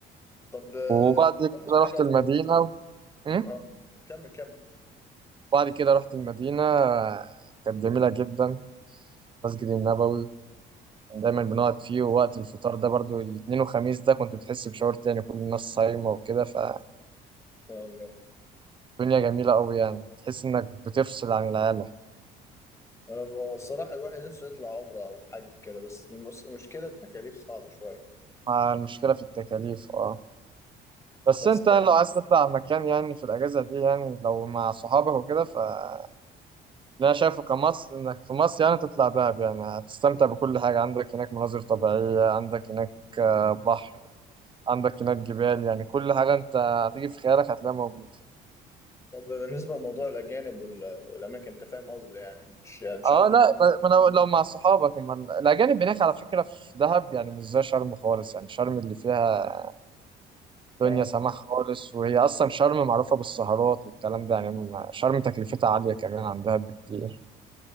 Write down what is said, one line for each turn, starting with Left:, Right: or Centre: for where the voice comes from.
Left: طب آه،
Right: وبعد
Left: ما عملتش
Right: كده
Left: حاجه
Right: رحت
Left: اصلا
Right: المدينة و... م?
Left: اه كمل كمل ان
Right: بعد كده رحت المدينة كانت جميلة جدا المسجد النبوي كان دايما بنقعد فيه ووقت الفطار ده برضو الاثنين وخميس ده كنت بتحس بشعور تاني كل الناس صايمة وكده فالدنيا
Left: شاء الله
Right: جميلة قوي يعني تحس انك بتفصل عن العالم
Left: أنا الصراحة الواحد نفسه يطلع عمرة أو حج كده بس المس- المشكلة التكاليف صعبة شوية
Right: مع المشكلة في التكاليف اه بس
Left: بس
Right: انت لو عايز تطلع مكان يعني في الاجازه دي يعني لو مع صحابك وكده فاللي انا شايفه كمصر انك في مصر يعني تطلع دهب يعني هتستمتع بكل حاجه عندك هناك مناظر طبيعيه عندك هناك آه، بحر عندك هناك جبال يعني كل حاجه انت هتيجي في خيالك هتلاقيها موجوده
Left: طب بالنسبة لموضوع الأجانب وال- والأماكن أنت فاهم قصدي يعني مش مش
Right: اه
Left: عاوز مكان
Right: لا
Left: يكون
Right: ب- ما
Left: فيه-
Right: انا لو مع صحابك اما ال- الاجانب هناك على فكره في دهب يعني مش زي شرم خالص يعني شرم اللي فيها دنيا
Left: أه
Right: سماح خالص وهي اصلا شرم معروفه بالسهرات والكلام ده يعني ما- شرم تكلفتها عاليه كمان عن دهب بكتير